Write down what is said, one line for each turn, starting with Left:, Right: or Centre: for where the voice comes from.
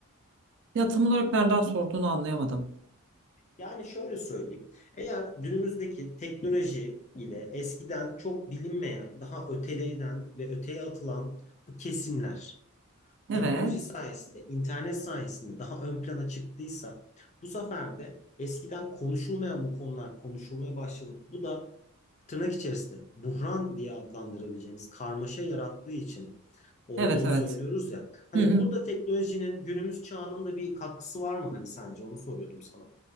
Right: Ya tam olarak nereden sorduğunu anlayamadım.
Left: Yani şöyle söyleyeyim. Eğer günümüzdeki teknoloji ile eskiden çok bilinmeyen, daha öteleyden ve öteye atılan bu kesimler
Right: Evet.
Left: teknoloji sayesinde, internet sayesinde daha ön plana çıktıysa bu sefer de eskiden konuşulmayan bu konular konuşulmaya başladı. Bu da tırnak içerisinde buhran diye adlandırabileceğimiz karmaşa yarattığı için olduğunu
Right: Evet evet.
Left: söylüyoruz ya. Hani
Right: Hı hı.
Left: burada teknolojinin günümüz çağının da bir katkısı var mı hani sence? Onu soruyordum sana.